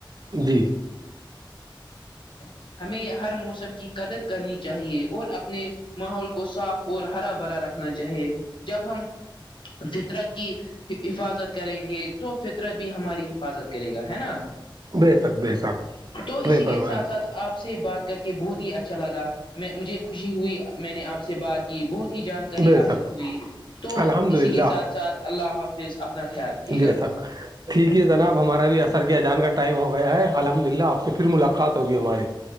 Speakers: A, on the right; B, on the left.
A: جی
B: <inaudible> ہمیں ہر موسم کی قدر کرنی چاہیے اور اپنے ماحول کو صاف اور ہرا برا رکھنا چاہے جب ہم فطرت کی حفاظت کریں گے تو فطرت بھی ہماری حفاظت کرے گا ہے نا
A: بے شک بے شک
B: تو اسی
A: بے
B: کے
A: فرمایا
B: ساتھ ساتھ آپ سے بات کر کے بہت ہی اچھا لگا میں مجھے خوشی ہوئی میں نے آپ سے بات کی بہت ہی جانکاری
A: بے
B: حاصل
A: شک
B: ہوئی تو
A: الحمد
B: اسی
A: للہ
B: کے ساتھ ساتھ اللہ حافظ اپنا خیال رکھیے
A: جی
B: گا
A: سک ٹھیک ہے جناب ہمارا بھی اثر کیا ا جان کا ٹائم ہو گیا ہے الحمد للہ آپ سے پھر ملاقات ہوگی ہماری